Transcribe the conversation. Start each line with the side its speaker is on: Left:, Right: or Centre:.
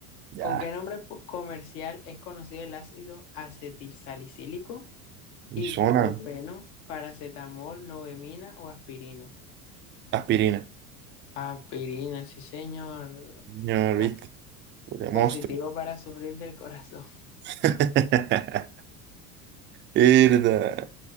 Right: Ya.
Left: ¿Con qué nombre po- comercial es conocido el ácido acetilsalicílico?
Right: Y
Left: Ibuprofeno,
Right: zona,
Left: paracetamol, novemina o aspirina.
Right: aspirina.
Left: Aspirina, sí, señor.
Right: No,
Left: Da-
Right: viste, de monstruo.
Left: Positivo para sufrir del corazón. <laughs>
Right: <laughs> Irda.